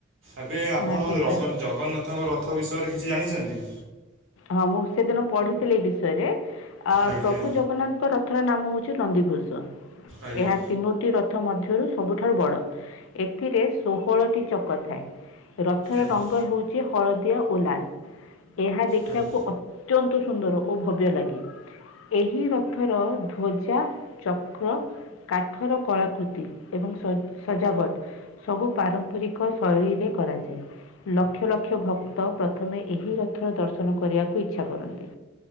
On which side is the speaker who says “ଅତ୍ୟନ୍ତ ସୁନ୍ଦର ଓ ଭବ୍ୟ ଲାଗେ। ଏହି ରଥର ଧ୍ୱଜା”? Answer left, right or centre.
Left